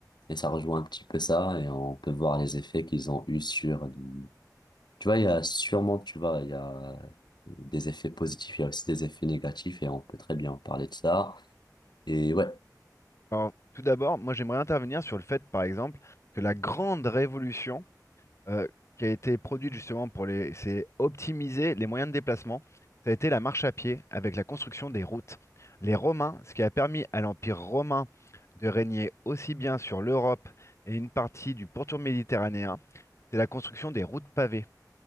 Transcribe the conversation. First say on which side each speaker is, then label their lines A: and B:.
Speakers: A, on the left (about 85°); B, on the left (about 40°).
A: et ça rejoint un petit peu ça, et on peut voir les effets qu'ils ont eu sur, du- tu vois, il y a sûrement, tu vois, il y a des effets positifs, il y a aussi des effets négatifs, et on peut très bien en parler de ça. Et ouais,
B: Alors, tout d'abord, moi j'aimerais intervenir sur le fait, par exemple, que la grande révolution euh, qui a été produite justement pour les, c'est optimiser les moyens de déplacement. Ça a été la marche à pied avec la construction des routes. Les Romains, ce qui a permis à l'Empire romain de régner aussi bien sur l'Europe et une partie du pourtour méditerranéen, c'est la construction des routes pavées.